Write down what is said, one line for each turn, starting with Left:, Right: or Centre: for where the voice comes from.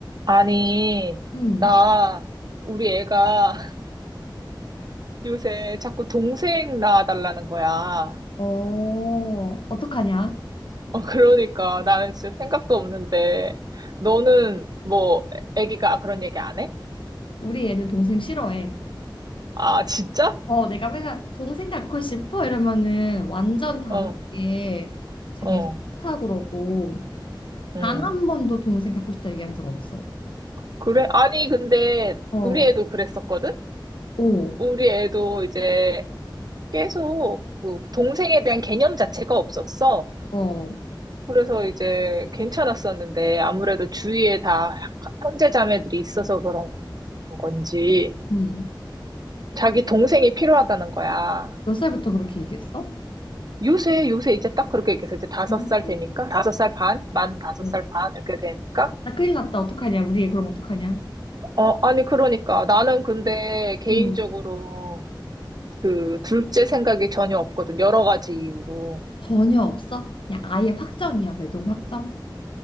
Right: 아니,
Left: 응.
Right: 나, 우리 애가 <laughs> 요새 자꾸 동생 낳아달라는 거야.
Left: 어, 어떡하냐?
Right: 어, 그러니까 나는 진짜 생각도 없는데, 너는 뭐, 애기가 그런 얘기 안 해?
Left: 우리 애는 동생 싫어해.
Right: 아, 진짜?
Left: 어, 내가 맨날 동생 갖고 싶어 이러면은 완전 단호하게
Right: 어,
Left: 자기는
Right: 어,
Left: 싫다 그러고
Right: 응.
Left: 단 한 번도 동생 갖고 싶다 얘기한 적 없어.
Right: 그래? 아니, 근데
Left: 어,
Right: 우리 애도 그랬었거든?
Left: 오,
Right: 우리 애도 이제 계속 그 동생에 대한 개념 자체가 없었어.
Left: 어,
Right: 그래서 이제 괜찮았었는데, 아무래도 주위에 다 형제자매들이 있어서 그런 건지
Left: 응.
Right: 자기 동생이 필요하다는 거야.
Left: 몇 살부터 그렇게 얘기했어?
Right: 요새 요새 이제 딱 그렇게 얘기해서 이제 다섯
Left: 오.
Right: 살 되니까 다섯 살 반, 만 다섯
Left: 어.
Right: 살 반 이렇게 되니까
Left: 나 큰일 났다. 어떡하냐? 우리 애 그럼 어떡하냐?
Right: 어 아니 그러니까 나는 근데 개인적으로
Left: 음
Right: 그 둘째 생각이 전혀 없거든 여러 가지 이유로.
Left: 전혀 없어? 그냥 아예 확정이야. 매동 확정?